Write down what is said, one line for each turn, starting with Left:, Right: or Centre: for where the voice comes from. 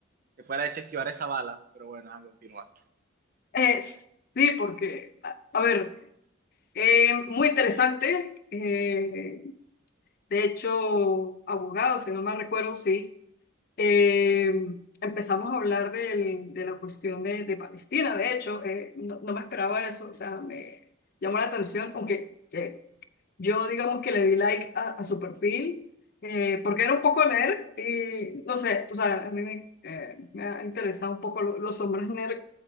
Right: te fuera hecho esquivar esa bala, pero bueno, a continuar.
Left: eh, sí, porque, a, a ver, eh, muy interesante. eh, de hecho, abogado, si no mal recuerdo, sí. eh, empezamos a hablar del- de la cuestión de, de Palestina, de hecho, eh, no, no me esperaba eso, o sea, me llamó la atención, aunque. eh, Yo digamos que le di like a, a su perfil eh, porque era un poco nerd y no sé, tú sabes, a mí me, eh, me ha interesado un poco lo- los hombres nerd